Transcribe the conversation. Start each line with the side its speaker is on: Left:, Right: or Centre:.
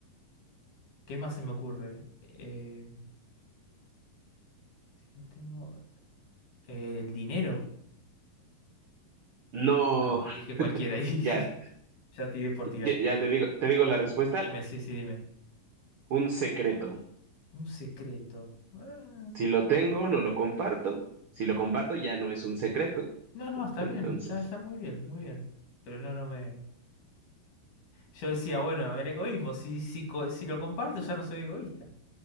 Left: ¿Qué más se me ocurre? Eh, si no tengo... eh, ¿el dinero?
Right: No.
Left: No, dije cualquiera ahí.
Right: Ya,
Left: <laughs> Ya tiré por tirar.
Right: Ya, ya te digo, te digo la respuesta,
Left: Dime, sí, sí, dime.
Right: un secreto.
Left: Un secreto. Ah,
Right: Si lo tengo, no lo comparto. Si lo comparto, ya no es un secreto.
Left: no, no, está
Right: Entonces,
Left: bien. Está, está muy bien, muy bien. Pero no, no me... Yo decía, bueno, el egoísmo. Si, si, co- si lo comparto, ya no soy egoísta.